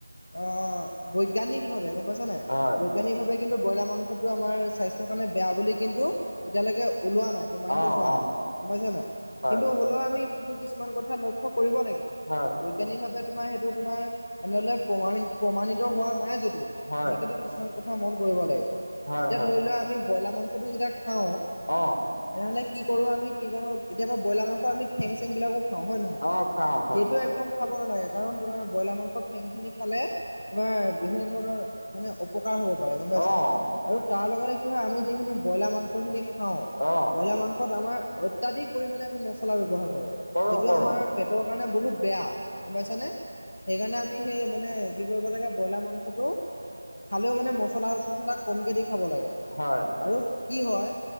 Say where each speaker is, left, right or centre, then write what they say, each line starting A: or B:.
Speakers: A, on the left (about 55°); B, on the left (about 85°).
A: অহ বৈজ্ঞানিক ভাৱে গম পাইছা নাই
B: হয়,
A: বৈজ্ঞানিকভাৱে কিন্তু ব্ৰইলাৰ মাংসটো আমাৰ স্বাস্থ্যৰ কাৰণে বেয়া বুলি কিন্তু এতিয়ালৈকে ওলোৱা নাই প্ৰমাণিত
B: অ',
A: হোৱা
B: অ',
A: নাই গম পাইছা নাই
B: হয়।
A: কিন্তু হ লো আমি কিন্তু কিছুমান কথা লক্ষ্য কৰিব লাগিব
B: হয়,
A: বৈজ্ঞানিকভাৱে তোমাৰ সেইটো তোমাৰ এনেদৰে প্ৰমাণি প্ৰমাণিত হোৱা নাই যদিও
B: হয়,
A: আমি কিন্তু কিছুমান কথা মন কৰিব লাগিব এতিয়া
B: হয়, হয়।
A: ধৰি লোৱা আমি ব্ৰইলাৰ মাংসটো যেতিয়া খাও
B: অ',
A: তেনেহ'লে কি কৰো আমি কি কৰো কেতিয়াবা ব্ৰইলাৰ মাংস আমি ঠেং চেং বিলাকো খাও হয়
B: অ খাও
A: সেইটোৱে একদম খাব নালাগে কাৰণ তোমাৰ ব্ৰইলাৰ মাংস ঠেংখিনি খালে তোমাৰ বিভিন্ন ধৰণৰ মানে অপকাৰ হ'ব পাৰে গম
B: অ',
A: পাইছা আৰু তাৰ লগতে কি হয় আমি যিখিনি ব্ৰইলাৰ মাংসখিনি খাও
B: অ',
A: ব্ৰইলাৰ মাংসত আমাৰ অত্যাধিক পৰিমাণে আমি মচলা ব্যৱহাৰ কৰো
B: কৰোঁ,
A: যিটো
B: কৰোঁ,
A: আমাৰ পেটৰ মানে বহুত বেয়া গম পাইছা নে সেইকাৰণে আমি সেই মানে কি কৰিব লাগে ব্ৰইলাৰ মাংসটো খালেও মানে মছলা চছলা কমকে দি খাব লাগে।
B: হয়
A: আৰু কি হয়